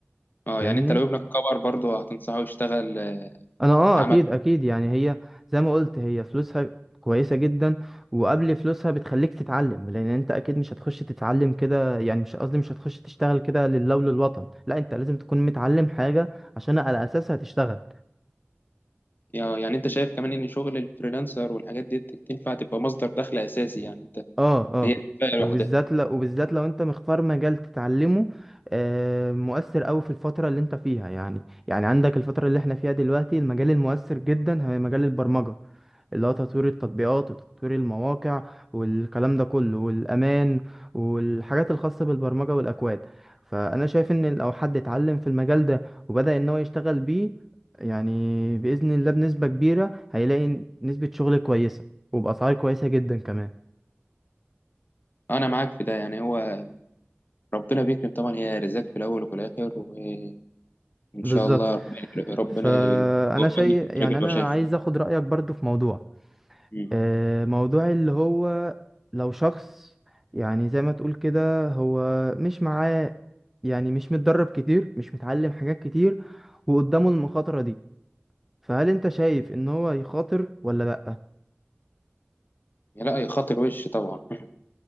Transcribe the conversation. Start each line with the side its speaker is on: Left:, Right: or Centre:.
Left: اه
Centre: فاهمني؟
Left: يعني انت لو ابنك كبر برضه هتنصحه يشتغل آه،
Centre: أنا أه
Left: عمل
Centre: أكيد أكيد يعني هي زي ما قلت هي فلوسها كويسة جدا وقبل فلوسها بتخليك تتعلم لأن أنت أكيد مش هتخش تتعلم كده يعني مش قصدي مش هتخش تشتغل كده لله وللوطن لا أنت لازم تكون متعلم حاجة عشان على أساسها تشتغل
Left: آه، يعني انت شايف كمان ان شغل الفريلانسر والحاجات دي تنفع تبقى مصدر دخل اساسي يعني انت
Centre: اه اه
Left: هي كفايه لوحدها
Centre: وبالذات لو وبالذات لو انت مختار مجال تتعلمه آه، مؤثر قوي في الفترة اللي انت فيها يعني يعني عندك الفترة اللي احنا فيها دلوقتي المجال المؤثر جدا هي مجال البرمجة اللي هو تطوير التطبيقات وتطوير المواقع والكلام ده كله والأمان والحاجات الخاصة بالبرمجة والأكواد فأنا شايف إن لو حد اتعلم في المجال ده وبدأ إن هو يشتغل بيه يعني بإذن الله بنسبة كبيرة هيلاقي نسبة شغل كويسة وبأسعار كويسة جدا كمان
Left: انا معاك في ده يعني هو ربنا بيكرم طبعا هي رزاق في الاول وفي الاخر وان
Centre: بالظبط
Left: شاء الله ربنا ربنا
Centre: فانا
Left: يوفقني
Centre: شيء
Left: في الطريق
Centre: يعني
Left: اللي
Centre: انا
Left: هو شايفه
Centre: عايز اخد رايك برضو في موضوع
Left: مم.
Centre: آه، موضوع اللي هو لو شخص يعني زي ما تقول كده هو مش معاه يعني مش متدرب كتير مش متعلم حاجات كتير وقدامه المخاطره دي فهل انت شايف ان هو يخاطر ولا لا
Left: لا يا خاطر وش طبعا <laughs>